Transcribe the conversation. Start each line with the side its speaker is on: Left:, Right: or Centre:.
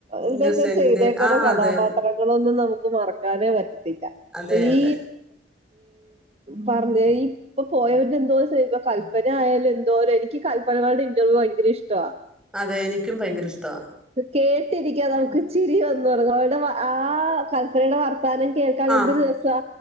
Centre: ഇന്നസെന്റ്
Right: ഇവരൊക്കെ ചെയ്തേക്കണ
Centre: ആ
Right: കഥാപാത്രങ്ങളൊന്നും
Centre: അതെ
Right: നമു മറക്കാനേ പറ്റത്തില്ല
Centre: അതെ
Right: ഈ
Centre: അതെ
Right: പറഞ്ഞ ഇപ്പൊ പോയവരി എന്തോപ്പ കല്പന ആയാലും എന്തോലും എനിക്ക് പ്പനയൂടെ ഇറ്റർവ്യൂ ഭയങ്കര ഇഷ്ടവാ
Centre: അതെ എനിക്കും ഭയങ്കര ഇഷ്ടവാ
Right: കേട്ടിരിക്കാൻ നമുക്ക് ചിരിവന്ന് പറു അവടെ ആ കല്പ്പനയുടെ വർത്താനം കേൾക്കാൻ
Centre: ആ
Right: എ രസാ